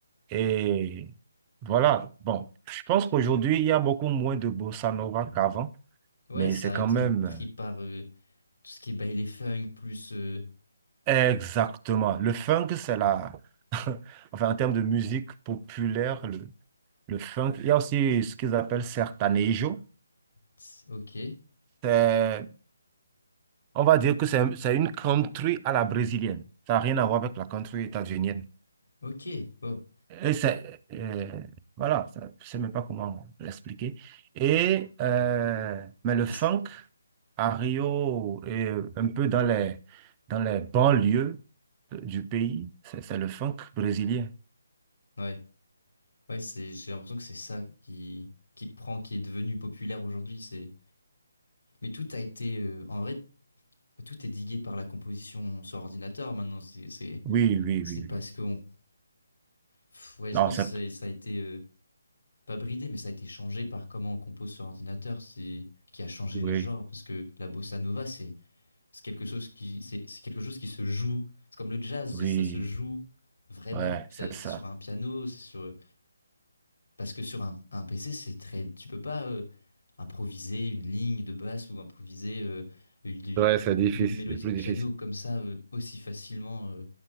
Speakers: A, on the right (about 20°); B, on the left (about 65°).
A: et voilà. Bon, je pense qu'aujourd'hui il y a beaucoup moins de bossa nova qu'avant,
B: Ouais,
A: mais
B: ça
A: c'est quand
B: a été
A: même.
B: pris
A: euh,
B: par euh, tout ce qui est baile funk, plus. euh,
A: Exactement. Le funk, c'est la... <laughs> enfin, en termes de musique populaire, le, le funk, il y a aussi ce qu'ils appellent sertanejo.
B: c'est- Ok,
A: C'est- On va dire que c'est un- c'est une country à la brésilienne. Ça n'a rien à voir avec la country états-unienne.
B: ok, wow.
A: Et c'est... euh, voilà, ça- je ne sais même pas comment l'expliquer. Et... euh, mais le funk,
B: Et c'est-
A: à Rio et un peu dans les, dans les banlieues du pays, c'est c'est le funk brésilien.
B: ouais, ouais, c'est, j'ai l'impression que c'est ça qui, qui prend, qui est devenu populaire aujourd'hui. C'est... Mais tout a été. euh, en vrai, Tout est digué par la composition sur ordinateur maintenant. C'est c'est-
A: Oui, oui,
B: c'est
A: oui,
B: parce
A: oui.
B: que on- Pff, ouais, je
A: Non,
B: pense
A: ça,
B: que c'est- ça a été euh, pas bridé, mais ça a été changé par comment on compose sur ordinateur, c'est- qui a changé
A: oui,
B: les genres. Parce que la bossa nova, c'est c'est quelque chose qui c'est c'est quelque chose qui se joue. C'est comme le jazz,
A: oui,
B: ça se joue vraiment.
A: ouais,
B: Ça,
A: c'est
B: c'est
A: ça.
B: sur un piano, c'est sur parce que sur un, un PC, c'est très tu peux pas euh, improviser une ligne de basse ou improviser euh, une,
A: Ouais, c'est difficile,
B: une mélodie
A: c'est plus
B: de piano
A: difficile.
B: comme ça euh, aussi facilement. euh,